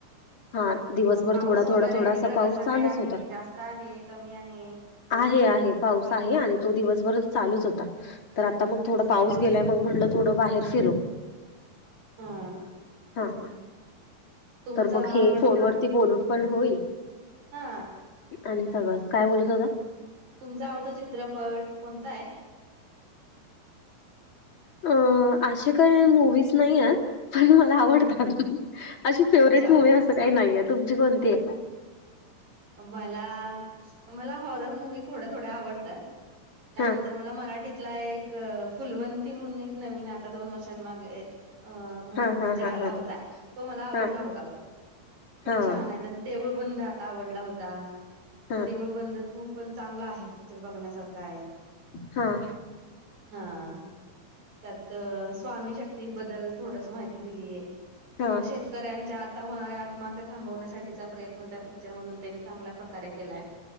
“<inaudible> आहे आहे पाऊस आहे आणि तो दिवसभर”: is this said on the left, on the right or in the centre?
Left